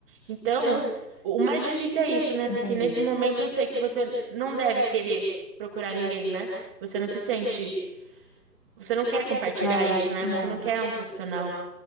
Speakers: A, on the right; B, on the left.
A: Então, o mais difícil é isso, né?
B: Entendi.
A: Porque nesse momento eu sei que você não deve querer procurar ninguém, né? Você não se sente você não quer compartilhar
B: Não,
A: isso, né?
B: não,
A: Você não quer um profissional.